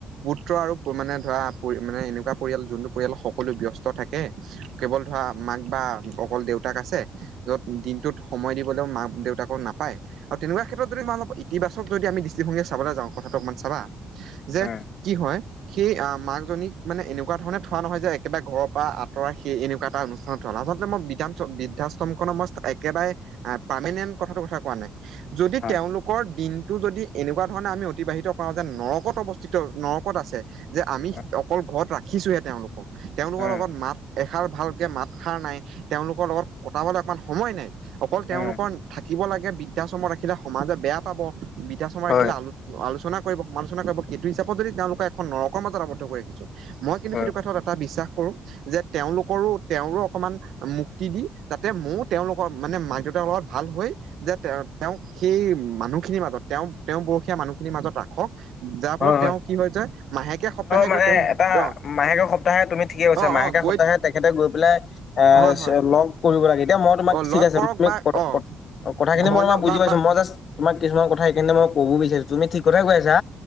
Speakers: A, on the right; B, on the left.
A: পুত্ৰ আৰু মানে ধৰা মানে এনেকুৱা পৰিয়াল যোনটো পৰিয়াল সকলো ব্যস্ত থাকে। কেৱল ধৰা মাক বা অকল দেউতাক আছে য'ত দিনটোত সময় দিবলৈও মাক দেউ <unintelligible> নাপায় আৰু তেনেকুৱা ক্ষেত্ৰত যদি মই অলপ ইতিবাক যদি আমি দৃষ্টিভংগীৰে চাবলৈ যাওঁ কথাটো অকমান চাবা
B: উম
A: যে কি হয়। সেই অ' মাকজনীক মানে এনেকুৱা ধৰণে থোৱা নহয় যে একেবাৰে ঘৰৰ পৰা আঁতৰাই সেই এনেকুৱা এটা অনুষ্ঠানত হ'ল আচলতে মই বৃদ্ধাম বৃদ্ধাশ্ৰমখনৰ মই একেবাৰে পাৰ্মেনেন্ট কথাটো কথা কোৱা নাই যদি
B: উম
A: তেওঁলোকৰ দিন টো যদি এনেকুৱা ধৰণে আমি অতিবাহিত কৰাও যে নৰকত অৱস্থিত নৰকত আছে। যে আমি
B: উম
A: অকল ঘৰত ৰাখিছোহে তেওঁলোকক, তেওঁলোকৰ
B: উম
A: লগত মাত এষাৰ ভালকে মাত সাৰ নাই তেওঁলোকৰ লগত কটাবলৈ অকণমান সময় নাই, অকল
B: উম
A: তেওঁলোকৰ কিব লাগে বৃদ্ধাশ্ৰমত ৰাখিলে সমাজে বেয়া পাব বৃদ্ধাশ্ৰমত
B: হয়
A: ৰাখিলে আলো আলোচনা কৰিব সমালোচনা কৰিব সেইটো হিচাপত যদি তেওঁলোকক এখন নৰকৰ মাজত আৱদ্ধ কৰি ৰাখিছোঁ, মই কিন্তু
B: হয়
A: সেইটো কথাত এটা বিশ্বাস কৰো যে তেওঁলোকৰো তেওঁৰো অকণমান মুক্তি দি যাতে ময়ো তেওঁলোকৰ মানে মাক দেউতাৰ লগত ভাল হৈ যে তে তেওঁ সেই মানুহখিনিৰ মাজত তেওঁ তেওঁৰ বৰসীয়া মানুহখিনিৰ মাজত ৰাখক। যাৰ ফলত
B: হয় হয়
A: তেওঁ কি যে মাহেকে সপ্তাহে
B: মানে
A: গৈ তেওঁ
B: এটা
A: অ',
B: মাহেকৰ সপ্তাহে তুমি ঠিকে কৈছা
A: অ',
B: মাহেকে
A: অ', গৈ
B: সপ্তাহে তেখেতে গৈ পেলাই এ
A: হয় হয়
B: লগ কৰিব লাগে এতিয়া মই তোমাক
A: অ
B: ঠিক
A: লগ
B: আছে
A: কৰক
B: ক-ক-ক
A: বা অ
B: কথাখিনি
A: ঘৰলে
B: মই তোমাৰ বুজি
A: বা
B: পাইছো
A: বা
B: মই জাষ্ট তোমাৰ কিছুমান কথা সেই <unintelligible> ক'ব বিচাৰিছোঁ তুমি ঠিক কথাই কৈ আছা,